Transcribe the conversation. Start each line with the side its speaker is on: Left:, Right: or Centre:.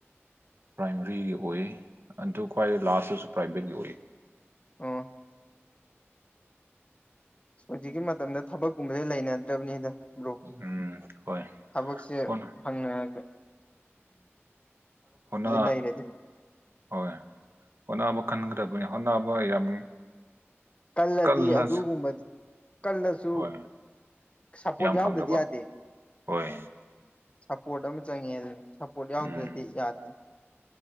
Right: ꯄ꯭ꯔꯥꯏꯃꯔꯤꯒꯤ ꯑꯣꯏ ꯑ ꯈ꯭ꯋꯥꯏ ꯂꯥꯁꯇꯁꯨ ꯄ꯭ꯔꯥꯏꯚꯦꯠꯀꯤ ꯑꯣꯏ
Left: ꯑꯣ ꯍꯧꯖꯤꯛꯀꯤ ꯃꯇꯝꯗ ꯊꯕꯛꯀꯨꯝꯕꯁꯦ ꯂꯩꯅꯗ꯭ꯔꯕꯅꯤ ꯗ ꯕ꯭ꯔꯣ
Right: ꯎꯝ ꯍꯣꯏ
Left: ꯊꯕꯛꯁꯦ
Right: ꯍꯣꯠꯅ
Left: ꯐꯪꯅꯒ
Right: ꯍꯩꯅꯥ
Left: ꯂꯩꯔꯗꯤ
Right: ꯍꯣꯏ ꯍꯩꯠꯅꯕ ꯈꯟꯈ꯭ꯔꯕꯅꯤ ꯍꯣꯠꯅꯕ ꯌꯥꯝ
Left: ꯀꯜꯂꯗꯤ
Right: ꯀꯜꯂ
Left: ꯑꯗꯨꯒꯨꯝꯕꯗꯤ ꯀꯜꯂꯁꯨ
Right: ꯍꯣꯏ
Left: ꯁꯞꯄꯣꯔꯠ
Right: ꯌꯥꯝ
Left: ꯌꯥꯎꯗꯗꯤ
Right: ꯐꯪꯗꯕ
Left: ꯌꯥꯗꯦ
Right: ꯍꯣꯏ
Left: ꯁꯞꯄꯣꯔꯠ ꯑꯃ ꯆꯪꯉꯦ ꯑꯗꯨꯅ ꯁꯞꯄꯣꯔꯠ ꯌꯥꯎꯗ꯭ꯔꯗꯤ
Right: ꯎꯝ
Left: ꯌꯥꯗꯦ